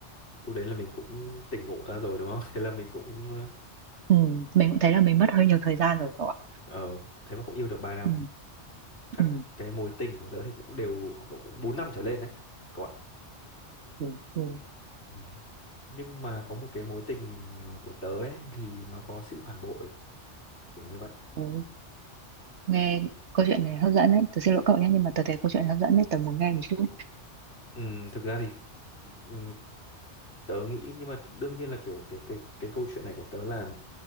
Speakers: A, on the left; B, on the right.
A: lúc đấy là mình cũng tỉnh ngộ ra rồi đúng không <laughs> thế là mình cũng ờ
B: Ừ. mình cũng thấy là mình mất hơi nhiều thời gian rồi cậu ạ
A: ờ, thế mà cũng yêu được ba năm
B: ừ.
A: các
B: Ừ.
A: cái mối tình của tớ thì cũng đều khoảng độ cũng 4 năm trở lên đấy các bạn
B: Ừ. Ừ.
A: ừ. nhưng mà có một cái mối tình ờ, của tớ ấy, thì nó có sự phản bội kiểu như vậy
B: Ồ, nghe câu chuyện này hấp dẫn đấy. Tớ xin lỗi cậu nhé, nhưng mà tớ thấy câu chuyện này hấp dẫn đấy, tớ muốn nghe một chút.
A: ừ, thực ra thì ừ, tớ nghĩ nhưng mà đương nhiên là kiểu cái cái cái câu chuyện này của tớ là